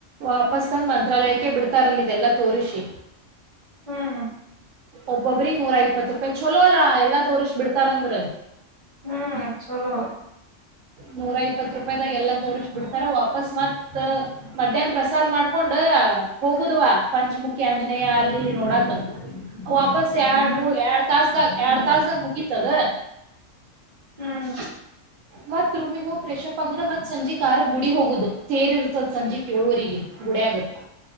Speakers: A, on the right; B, on the right.
A: ವಾಪಸ್ ತಂದ ಮಂತ್ರಾಲಯಕ್ಕೆ ಬಿಡ್ತಾರಲ್ಲ ಇದೆಲ್ಲಾ ತೋರಿಸಿ
B: ಹ್ಮ್
A: ಒಬ್ಬೊಬ್ರಿಗ ನೂರಾ ಇಪ್ಪತ್ತ ರೂಪಾಯಿ ಚುಲೋ ಅಲ್ಲಾ ಎಲ್ಲಾ ತೋರ್ಸ್ ಬಿಡ್ತಾರಂದ್ರ
B: ಹ್ಮ್ ಚುಲೋ
A: ನೂರ ಇಪ್ಪತ್ ರೂಪಾಯಿದಾಗ ಎಲ್ಲ ತೋರಿಸ ಬಿಡ್ತಾರ ವಾಪಸ್ ಮತ್ ಮಧ್ಯಾಹ್ನ ಪ್ರಸಾದ್ ಮಾಡ್ಕೊಂಡ ಹೋಗುದ್ವ ಪಂಚಮುಖಿ ಆಂಜನೇಯ ಅಲ್ಲಿ ಇಲ್ಲಿ ನೋಡಕ ವಾಪಸ್ ಎರಡ್
B: ಹ್ಮ್
A: ಮೂರ್ ಎರಡ ತಾಸ ಯಾಡ ತಾಸ ಮುಗಿತದ
B: ಹ್ಮ್
A: ಮತ್ ರೂಮಿಗ್ ಹೋಗ ಫ್ರೆಶಪ್ ಆಗುದ ಮತ್ ಸಂಜೆ ಆರಾಕ ಗುಡಿಗೆ ಹೋಗುದ ತೇರ್ ಇರ್ತದ ಸಂಜೆ ಏಳುವರಿಗೆ ಗುಡ ಆಗತ್ತ